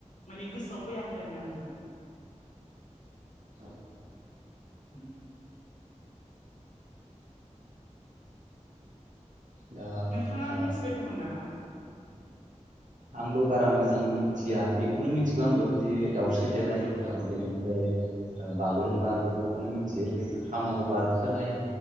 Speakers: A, on the left (about 80°); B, on the right (about 85°).
A: माने गोसोआव फैयाखै आरोना नोंथां। <inaudible>
B: <unintelligible>
A: होम
B: दा
A: नोंथाङा
B: ओ
A: मिथिबायगौमोन नामा?
B: आंबो बारा मोजां मिथिया बेखौनो मिथिगौ आंबो बि दाउस्रि देलाय
A: औ
B: ओ बेनिफ्राय ओ बागुरुमबा बेफोर खौनो मिथियो बे खामाव बारखोनाय